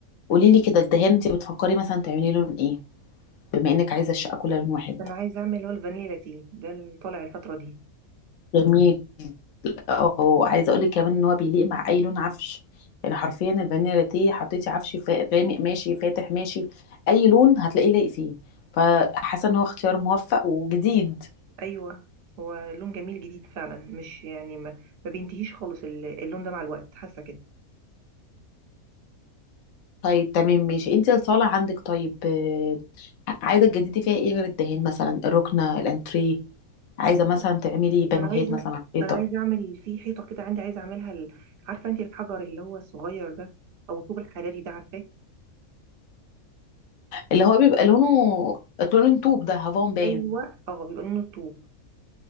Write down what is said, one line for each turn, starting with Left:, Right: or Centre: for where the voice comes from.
Left: قولي لي كده الدهان انتي بتفكري مثلا تعملي لون ايه بما انك عايزة الشقة كلها لون واحد
Right: انا عايزه اعمل اللي هو الفانيلا تي ده اللي طالع الفتره دي
Left: جميل او عايزه اقول لك كمان ان هو بيليق مع اي لون عفش يعني حرفيا الفانيلا لاتيه حطيتي عفش فا- غامق ماشي فاتح ماشي اي لون هتلاقيه لايق فيه فحاسه ان هو اختيار موفق وجديد
Right: ايوه هو لون جميل جديد فعلا مش يعني ما, ما بينتهيش خالص ال- اللون ده مع الوقت حاسه
Left: طيب تمام ماشي انت الصاله عندك طيب آه، عايزه تجددي فيها ايه غير الدهان مثلا الركنه الانتريه عايزه مثلا
Right: كده
Left: تعملي بانوهات
Right: انا عايزه
Left: مثلا على الحيطه
Right: انا عايزه اعمل في حيطه كده عندي عايزه اعملها ال... عارفه انت الحجر اللي هو الصغير ده او الطوب الحراري ده عارفاه
Left: اللي هو بيبقى لونه لون طوب ده هافون باين
Right: ايوه اه بيبقى لونه الطوب